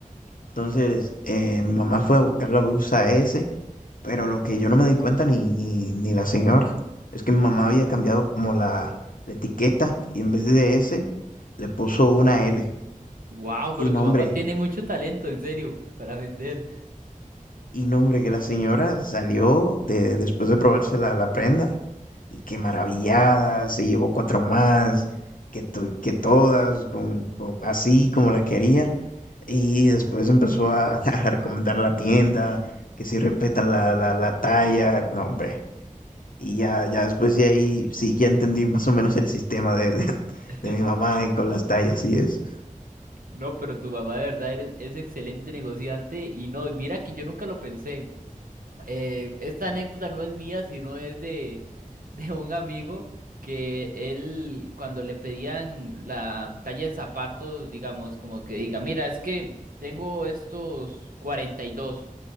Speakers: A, on the left (about 75°); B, on the right (about 85°).
A: Entonces, eh, mi mamá fue a buscar la blusa S, pero lo que yo no me di cuenta ni, ni, ni la señora es que mi mamá había cambiado como la, la etiqueta y en vez de S le puso una L.
B: Wow, pero
A: Y nombre,
B: tu mamá tiene mucho talento, en serio, para vender.
A: y nombre que la señora salió de, después de probarse la, la prenda y que maravillada, se llevó cuatro más, que, to- que todas, con, con- así como las quería. Y después empezó a, <laughs> a recomendar la tienda, que si respeta la, la, la talla, no, hombre. Y ya, ya después de ahí, sí, ya entendí más o menos el sistema de, <laughs> de,
B: <laughs>
A: de mi mamá y con las tallas, y es.
B: No, pero tu mamá de verdad eres- es excelente negociante y no, y mira que yo nunca lo pensé. Eh, esta anécdota no es mía, sino es de, de un amigo que él, cuando le pedían la talla de zapatos, digamos, como que diga, mira, es que tengo estos 42.